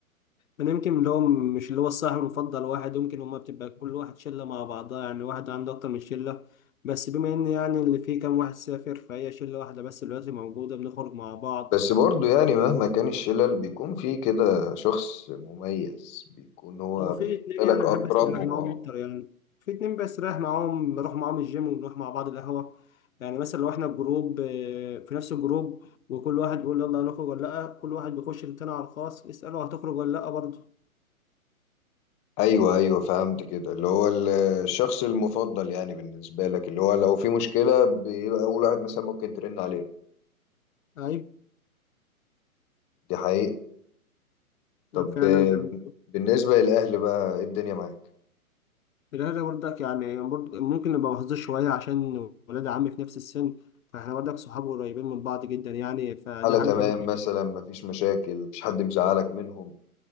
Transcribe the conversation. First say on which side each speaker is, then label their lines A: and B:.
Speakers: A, on the left (about 65°); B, on the left (about 15°).
A: انا يمكن اللي هو مش اللي هو الصاحب المفضل واحد يمكن هما بتبقى كل واحد شله مع بعضها يعني واحد عنده اكتر من شله بس بما ان يعني اللي فيه كام واحد سافر فهي شله واحده بس دلوقتي موجوده بنخرج مع بعض
B: بس برضه يعني مهما كان الشلل بيكون في كده شخص مميز بيكون هو
A: هو في
B: بالنسبة
A: اتنين يعني
B: لك اقربهم
A: بحب استريح معاهم
B: اه
A: اكتر يعني في اتنين بستريح معاهم بروح معاهم الجيم وبنروح مع بعض القهوة يعني مثلا لو احنا الجروب آه، في نفس الجروب وكل واحد بيقول يلا هنخرج ولا لأ كل واحد بيخش للتاني على الخاص يسأله هتخرج ولا لأ برضه
B: ايوه ايوه فهمت كده اللي هو ال- الشخص المفضل يعني بالنسبه لك اللي هو لو في مشكله بيبقى اول واحد مثلا ممكن ترن عليه
A: أيوة
B: دي حقيقه طب
A: فعلا
B: آه،
A: يعني
B: بالنسبه للاهل بقى إيه الدنيا معاك
A: الأهل برضك يعني برضه ممكن نبقى محظوظ شوية عشان ولاد عمي في نفس السن فاحنا برضك صحاب قريبين من بعض جدا يعني فدي
B: حاله
A: حاجة
B: تمام
A: حلوة
B: مثلا مفيش مشاكل مفيش حد مزعلك منهم